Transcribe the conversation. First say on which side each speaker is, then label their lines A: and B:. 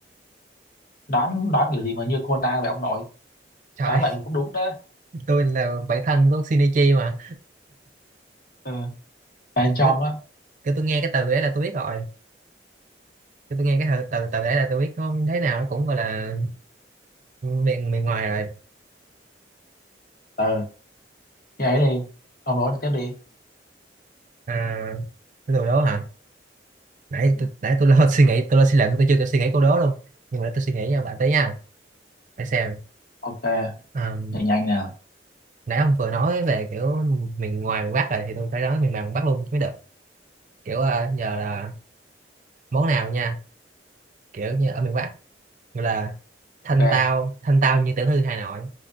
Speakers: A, on the left; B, on the right.
A: đoán đoán kiểu gì mà như Conan vậy ông nội?
B: trời
A: Đoán
B: ơi,
A: vậy mà cũng đúng đó.
B: <laughs> tôi là bạn thân của Shinichi mà
A: Ừ. Bên trong
B: kiểu,
A: á.
B: kiểu tôi nghe cái từ đấy là tôi biết rồi kiểu tôi nghe cái từ từ từ đấy là tôi biết có thế nào nó cũng gọi là miền miền ngoài rồi
A: Ừ. Như ấy đi. Ông nói tiếp đi.
B: à cái đồ đó hả nãy
A: Ừ.
B: tôi nãy tôi lo <laughs> suy nghĩ tôi lo suy luận tôi chưa kịp suy nghĩ câu đó luôn nhưng mà để tôi suy nghĩ nha lại tới nha để xem
A: Ok.
B: Ờ,
A: Nhanh nhanh nè.
B: nãy ông vừa nói về kiểu miền ngoài miền Bắc rồi thì tôi phải nói miền Nam miền Bắc luôn chứ mới được kiểu ờ, nhờ là món nào nha kiểu như ở miền Bắc gọi là thanh
A: Ok.
B: tao thanh tao như tiểu thư Hà Nội